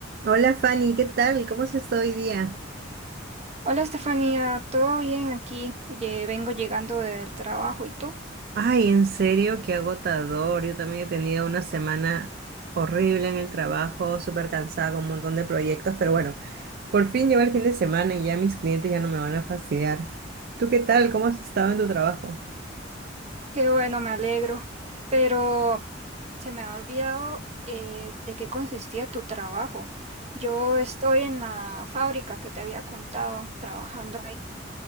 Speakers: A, on the right (about 55°); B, on the right (about 35°).
A: Hola Fanny, ¿qué tal? ¿Cómo se está hoy día?
B: Hola Estefanía, ¿todo bien aquí? Ye- vengo llegando del trabajo, ¿y tú?
A: Ay, en serio, qué agotador. Yo también he tenido una semana horrible en el trabajo, súper cansada con un montón de proyectos, pero bueno, por fin llegó el fin de semana y ya mis clientes ya no me van a fastidiar. ¿Tú qué tal? ¿Cómo has estado en tu trabajo?
B: Qué bueno, me alegro. Pero se me ha olvidado eh, de qué consistía tu trabajo. Yo estoy en la fábrica que te había contado, trabajando ahí.